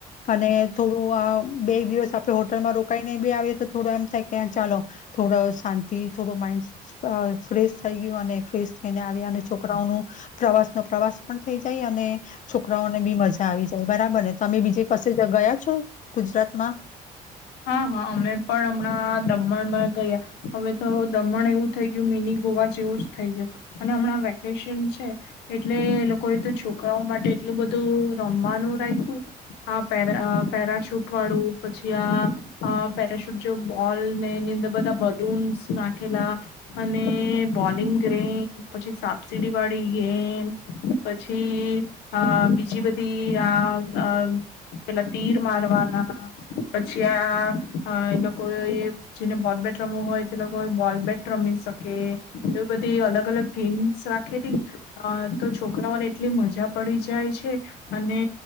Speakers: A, on the left; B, on the left.
A: અને થોડું આ બે દિવસ આપણે હોટલમાં રોકાઈને બી આવીએ તો થોડો એમ થાય કે ચાલો થોડો શાંતિ થોડો માઈન્ડ ફ્રેશ થઈ ગયો અને ફ્રેશ થઈને આવ અને છોકરાઓ ન પ્રવાસ નો પ્રવાસ પણ થઈ જાય અને છોકરાઓને બી મજા આવી જાય બરાબર ને તમે બીજે કશે ગયા છો ગુજરાતમાં
B: હા, હા, અમે પણ હમણાં દમણમાં ગયા હવે તો દમણ એવું થઈ ગયું મિની ગોવા જેવું જ થઈ ગયું અને હમણાં વેકેશન છે એટલે લોકોએ તો છોકરાઓ માટે એટલું બધું રમવાનું રાખ્યું આ પેરા પેરાશૂટ વાળું પછી આ અ પેરાશૂટ જો બોલ ને એની અંદર બધા બલૂન્સ નાખેલા અને બોલિંગ ગેમ પછી સાપસીડી વાળી ગેમ પછી આ બીજી બધી આ પેલા તીર મારવાના પછી ત્યાં એ લોકો જેને બોલ બેટ રમવું હોય તે લોકો બોલ બેટ રમી શકે એવી બધી અલગ અલગ ગેમ્સ રાખે તો છોકરાઓને એટલી મજા પડી જાય છે અને